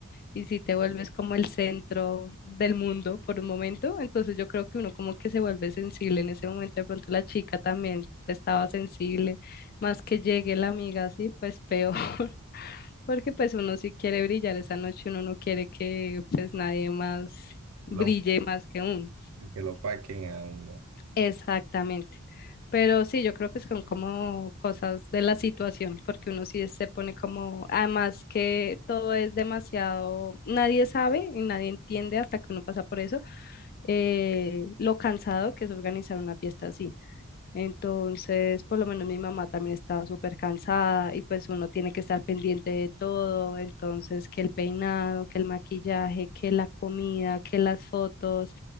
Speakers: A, on the left; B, on the right.
A: y si te vuelves como el centro del mundo por un momento, entonces yo creo que uno como que se vuelve sensible en ese momento, de pronto la chica también estaba sensible, más que llegue la amiga así, pues peor, <laughs> porque pues uno sí quiere brillar esa noche, uno no quiere que pues nadie más brille
B: Lo-
A: más que uno.
B: <laughs> que lo paquen a uno.
A: Exactamente. Pero sí, yo creo que son como cosas de la situación, porque uno sí se pone como, además que todo es demasiado, nadie sabe y nadie entiende hasta que uno pasa por eso, eh, lo cansado que es organizar una fiesta así. Entonces, por lo menos mi mamá también estaba súper cansada y pues uno tiene que estar pendiente de todo. Entonces, que el peinado, que el maquillaje, que la comida, que las fotos,